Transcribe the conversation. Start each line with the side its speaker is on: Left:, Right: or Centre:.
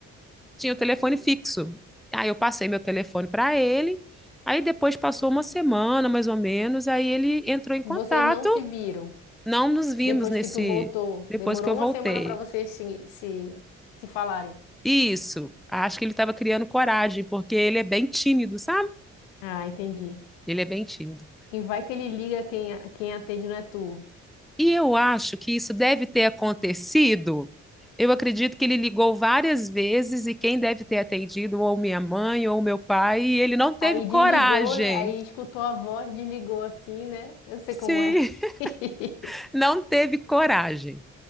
Centre: Tinha o telefone fixo. Aí eu passei meu telefone para ele. Aí depois passou uma semana, mais ou menos, aí ele entrou em contato.
Left: Vocês não se viram
Centre: Não nos vimos
Left: depois
Centre: nesse
Left: que tu voltou.
Centre: depois
Left: Demorou
Centre: que eu voltei.
Left: uma semana para vocês se, se, se falarem.
Centre: Isso, acho que ele estava criando coragem, porque ele é bem tímido, sabe?
Left: Ah, entendi.
Centre: Ele é bem tímido.
Left: E vai que ele liga quem, quem atende não é tu.
Centre: E eu acho que isso deve ter acontecido. Eu acredito que ele ligou várias vezes e quem deve ter atendido ou minha mãe ou meu pai, e ele não teve
Left: Aí
Centre: coragem.
Left: desligou, né? Aí escutou a voz, desligou assim, né? Eu sei
Centre: Sim,
Left: como é. <laughs>
Centre: <laughs> não teve coragem.